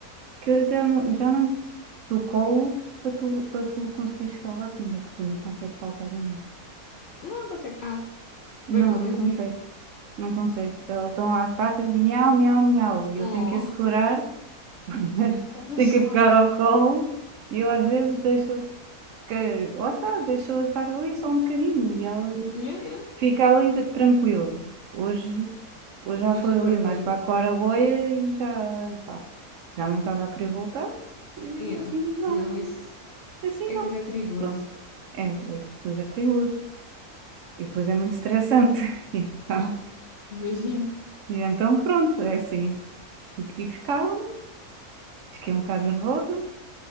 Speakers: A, on the right; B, on the left.
A: que eu já não, já não te dou colo para tu, para tu conseguires chegar lá acima, porque tu nem consegues saltar uma.
B: Não, não consegue. Ah,
A: Não,
B: bem, pelo
A: não
B: menos
A: consegue.
B: isso.
A: Não consegue. Elas estão lá às patas e miau, miau, miau. E
B: Oh.
A: eu tenho que a segurar, <laughs>
B: pra ela
A: tenho
B: chegar
A: que a pegar
B: lá.
A: ao colo. E eu às vezes deixo que lá está, deixou de estar ali só um bocadinho e ela
B: Yeah, yeah.
A: fica ali de- tranquila. Hoje, hoje já
B: Hoje
A: foi
B: aparvalhou.
A: ali mais para a claraboia e já, pá, já não estava a querer voltar. E
B: Yeah.
A: assim não,
B: Não, isso.
A: assim
B: E
A: não.
B: depois é perigoso.
A: Pronto. É, é- depois é perigoso. E depois é muito estressante. <laughs> E Então,
B: Yeah. Imagino.
A: e então pronto, é assim. E e ficava, fiquei um bocado nervosa.